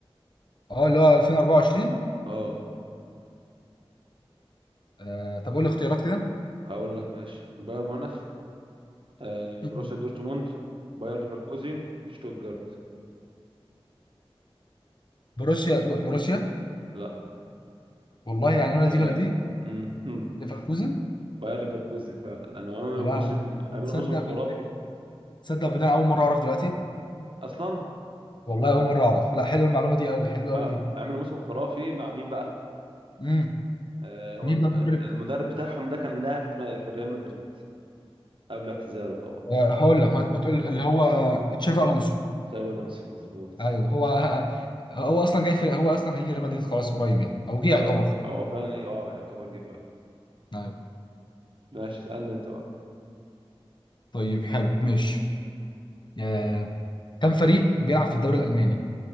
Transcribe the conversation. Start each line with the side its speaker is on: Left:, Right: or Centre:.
Left: اه اللي هو 2024
Right: اه
Left: آه، طب قول لي اختيارات كده
Right: هقول لك ماشي باير ميونخ آه بروسيا
Left: <laughs>
Right: دورتموند باير ليفركوزن شتوتجارت
Left: بروسيا بروسيا
Right: لا
Left: والله يعني ولا
Right: هي
Left: دي ولا دي
Right: مم. <laughs>
Left: ليفركوزن
Right: باير ليفركوزن فعلا لأنه عملوا
Left: يا لهوي
Right: موسم عملوا
Left: تصدق
Right: موسم خرافي
Left: بال... تصدق بالله أنا أول مرة أعرف دلوقتي
Right: يعني أصلا
Left: والله أول مرة أعرف لا حلوة المعلومة دي أوي حلوة
Right: آه
Left: أوي دي
Right: عملوا موسم خرافي مع مين بقى
Left: امم
Right: آه هو
Left: مين
Right: الم-
Left: بقى المدرب
Right: المدرب بتاعهم ده كان لاعب في في ريال مدريد قبل اعتزاله طبعا
Left: آه هقول لك ما ما تقول اللي هو تشافي ألونسو
Right: شابي الونسو مظبوط
Left: أيوه هو هو أصلا جاي في هو أصلا هيجي ريال مدريد خلاص قريب يعني أو جه
Right: ايوه
Left: يعتبر
Right: هو فعلا ي- اه يعتبر جه فعلا
Left: ايوه
Right: ماشي اسألني انت بقى
Left: طيب حلو ماشي آه، كم فريق بيلعب في الدوري الالماني